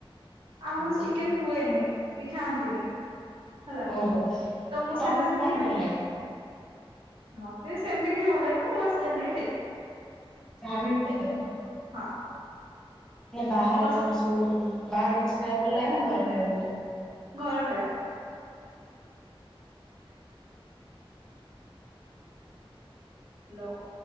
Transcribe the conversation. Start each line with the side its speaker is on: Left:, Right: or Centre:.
Right: ଆମର
Centre: ସବୁ।
Right: ଚିକେନ୍ ହୁଏନି କି ଖାଆନ୍ତିନି। ହେଲା
Centre: ଓହୋ
Right: ତ ମୁଁ
Centre: ତମକୁ
Right: ସେଇଟା ସେଥିପାଇଁ
Centre: କଣ ଭଲ
Right: ନୁ
Centre: ଲାଗେ
Right: ମତେ ସେମିତି କିଛି ଭଲାଗେନି ମୁଁ ବାସ୍ ଯାହି ମିଳେ ଖାଇଦିଏ।
Centre: ଯାହା ମିଳିବ ଖାଇଦବ
Right: ହଁ।
Centre: ବାହାରେ
Right: ମୋ
Centre: ତ ଯୋଉ ବାହାରେ କିଛି ଖାଇବାକୁ ଭଲ ଲାଗେ ନା ଘରେ ଖାଇବାକୁ ଭଲ ଲାଗେ?
Right: ଘର ଖାଇବା। ଲୋ।